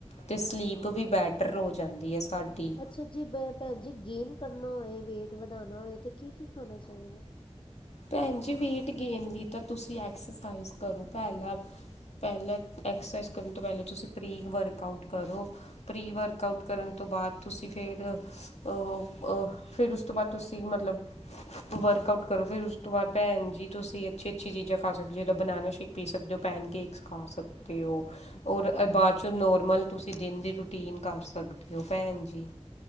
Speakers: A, on the left; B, on the left.
A: ਤੇ ਸਲੀਪ ਵੀ ਬੈੱਟਰ ਹੋ ਜਾਂਦੀ ਹੈ ਸਾਡੀ।
B: ਅੱਛਾ ਜੀ, ਬੇ ਪੈਣ ਜੀ ਗੇਨ ਕਰਨਾ ਹੋਏ ਵੇਟ ਵਧਾਣਾ ਹੋਏ ਤੇ ਕੀ-ਕੀ ਖਾਣਾ ਚਾਹੀਦਾ?
A: ਭੈਣ ਜੀ ਵੇਟ ਗੇਨ ਲਈ ਤਾਂ ਤੁਸੀਂ ਐਕਸਰਸਾਈਜ਼ ਕਰੋ ਪਹਿਲਾ। ਪਹਿਲਾਂ ਐਕਸਰਸਾਈਜ਼ ਕਰਨ ਤੋਂ ਪਹਿਲਾਂ ਤੁਸੀਂ ਪ੍ਰੀ ਵਰਕਆਊਟ ਕਰੋ। ਪ੍ਰੀ ਵਰਕਆਊਟ ਕਰਨ ਤੋਂ ਬਾਅਦ ਤੁਸੀਂ ਫਿਰ ਓ ਫਿਰ ਉਸ ਤੋਂ ਬਾਅਦ ਤੁਸੀਂ ਮਤਲਬ ਵਰਕਆਊਟ ਕਰੋ ਫਿਰ ਉਸ ਉਸ ਤੋਂ ਬਾਅਦ ਭੈਣ ਜੀ ਤੁਸੀਂ ਅੱਛੀ -ਅੱਛੀ ਚੀਜ਼ਾਂ ਖਾ ਸਕਦੇ ਹੋ ਜਿੱਦਾਂ ਬਨਾਨਾ ਸ਼ੇਕ ਪੀ ਸਕਦੇ ਹੋ ਪੈਨ ਕੇਕਸ ਖਾ ਸਕਦੇ ਹੋ। ਅਤੇ ਉਹ
B: ਅੱਛਾ
A: ਔਰ
B: ਅੱਛਾ
A: ਬਾਅਦ
B: ਭੈਣ ਜੀ
A: 'ਚ ਨੋਰਮਲ ਤੁਸੀਂ ਦਿਨ ਦੀ ਰੂਟੀਨ ਕਰ ਸਕਦੇ ਹੋ ਭੈਣ ਜੀ।